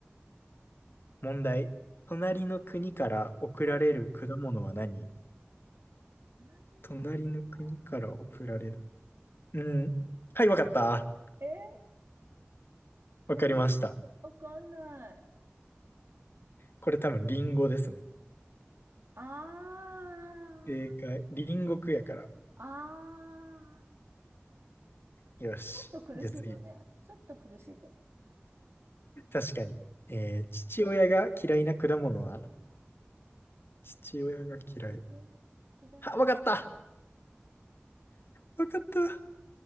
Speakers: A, on the left (about 60°); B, on the right (about 65°).
A: 問題。隣の国から送られる果物は何
B: い。カナリア国かな
A: 隣の国から送られる。うん。はい、わかった。
B: え
A: わかりました。
B: えーわかんない。
A: これ多分リンゴですね。
B: あー、
A: 正解。リンゴ区やから。
B: あー。
A: よし。
B: ちょっと苦しいよね。
A: じゃあ次。
B: ちょっと苦しいと思
A: 確かに。えー、父親が嫌いな果物は父親が嫌い。
B: う。嫌い
A: あ、わかった。わかった。